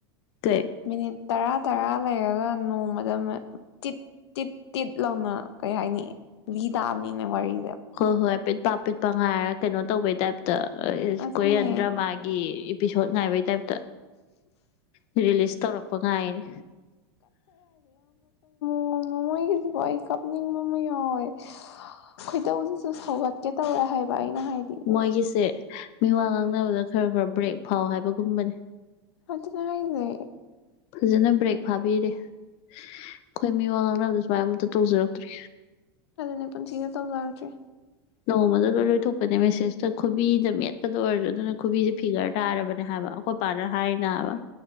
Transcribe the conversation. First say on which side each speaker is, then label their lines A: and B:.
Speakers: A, on the left; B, on the left.
A: ꯀꯩ
B: ꯃꯤꯅꯤꯠ ꯇꯔꯥ ꯇꯔꯥ ꯂꯩꯔꯒ ꯅꯣꯡꯃꯗ ꯃ ꯇꯤꯠ ꯇꯤꯠ ꯇꯤꯠ ꯂꯥꯎꯅ ꯀꯩ ꯍꯥꯏꯅꯤ ꯂꯤ ꯇꯥꯕꯅꯤꯅꯦ ꯋꯥꯔꯤ
A: ꯍꯣ ꯍꯣꯏ ꯄꯤꯠꯄꯥꯞ ꯄꯤꯠꯄ ꯉꯥꯏꯔ ꯀꯩꯅꯣ ꯇꯧꯕꯩ ꯇꯥꯏꯞꯇ
B: ꯑꯗꯨꯅꯦ
A: ꯀꯣꯌꯦꯟꯗ꯭ꯔ ꯃꯥꯒꯤ ꯄꯤꯁꯣ ꯉꯥꯏꯕꯩ ꯇꯥꯏꯞ ꯔꯔꯤꯂꯤꯖ ꯇꯧꯔ ꯄ ꯉꯥꯏꯅꯦ
B: ꯑꯣ ꯃꯃꯣꯏꯒꯤ ꯋꯥꯏ ꯀꯞꯅꯤꯡ ꯃꯃꯣꯏ ꯍꯣꯏ ꯈꯣꯏꯗꯧꯁꯤꯁꯨ ꯁꯧꯒꯠꯀꯦ ꯇꯧꯔꯦ ꯍꯥꯏꯕ ꯑꯩꯅ ꯍꯥꯏꯗꯤ
A: ꯃꯣꯏꯒꯤꯁꯦ ꯃꯤ ꯋꯥ ꯉꯥꯡꯅꯕꯗ ꯈꯔ ꯈꯔ ꯕ꯭ꯔꯦꯛ ꯐꯥꯎ ꯍꯥꯏꯕꯒꯨꯝꯕꯅꯤ
B: ꯑ ꯑꯗꯨ ꯥꯏꯁꯦ
A: ꯐꯖꯅ ꯕ꯭ꯔꯦꯛ ꯐꯥꯕꯤꯔꯦ ꯑꯩꯈꯣꯏ ꯃꯤ ꯋꯥ ꯉꯥꯡꯅꯕꯗ ꯁꯨꯃꯥꯏ ꯑꯝꯇ ꯇꯧꯖꯔꯛꯇ꯭ꯔꯤ
B: ꯅꯦ ꯄꯨꯟꯁꯤꯗ ꯇꯧ ꯂꯒꯆꯦ
A: ꯅꯣꯡꯃꯗ ꯂꯣꯏ ꯂꯣꯏꯊꯣꯛꯄꯅꯦ ꯃꯦꯁꯦꯁꯇ ꯈꯨꯕꯤꯗ ꯃꯦꯠꯄꯗ ꯑꯣꯏꯔꯁꯨ ꯑꯗꯨꯅ ꯈꯨꯕꯤꯁꯦ ꯐꯤꯒꯔ ꯇꯥꯔꯕꯅꯦ ꯍꯥꯏꯕ ꯑꯩꯈꯣꯏ ꯄꯔ ꯍꯥꯏꯅ ꯑ